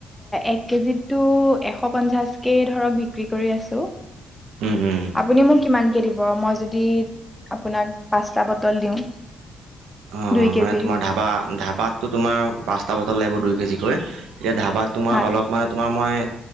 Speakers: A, in the centre; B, on the right (about 85°).
A: এক কেজিতো এশ পঞ্চাশ কে ধৰক বিক্ৰী কৰি আছোঁ।
B: উম, হোম।
A: আপুনি মোক কিমানকে দিব মই যদি আপোনাক পাঁচটা বটল দিওঁ?
B: অ'
A: দুই
B: মানে
A: কেজিৰ
B: তোমাৰ ধাবা ধাবাতটো তোমাৰ পাঁচটা বটল লাগিব দুই কেজিকৈ এতিয়া ধাবাত তোমাৰ
A: হয়
B: অলপ মানে তোমাৰ মই